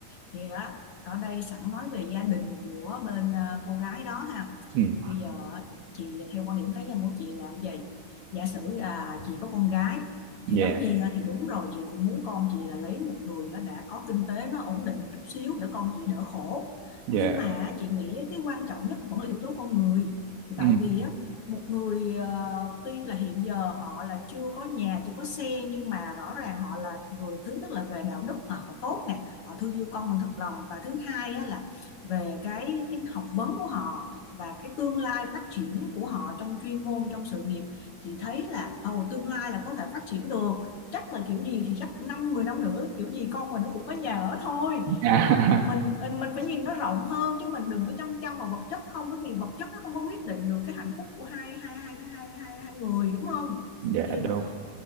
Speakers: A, on the left (about 60°); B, on the right (about 85°).
A: thì á ở đây sẵn nói về gia đình của bên à, cô gái đó ha
B: ừ
A: bây giờ á, chị theo quan điểm cá nhân của chị là cái gì giả sử là chị có con gái
B: dạ
A: thì tất nhiên á, thì đúng rồi chị cũng muốn con chị là lấy một người á, đã có kinh tế nó ổn định một chút xíu để con chị đỡ khổ
B: dạ
A: nhưng mà á, chị nghĩ á, cái quan trọng nhất vẫn là yếu tố con người thì
B: ừ
A: tại vì á, một người ờ, tuy là hiện giờ họ là chưa có nhà chưa có xe nhưng mà rõ ràng họ là người thứ nhất là về đạo đức mà họ tốt nè họ thương yêu con mình thật lòng và thứ hai á, là về cái cái học vấn của họ và cái tương lai phát triển của họ trong chuyên môn trong sự nghiệp chị thấy là ồ tương lai là có thể phát triển được chắc là kiểu gì thì chắc năm 10 năm nữa kiểu gì con mình nó cũng có nhà ở thôi
B: à,
A: thì mình
B: <laughs>
A: ờ, mình phải nhìn nó rộng hơn chứ mình đừng có chăm chăm vào vật chất không bởi vì vật chất nó không có quyết định được cái hạnh phúc của hai hai hai hai hai, hai người đúng không
B: dạ
A: thì
B: đúng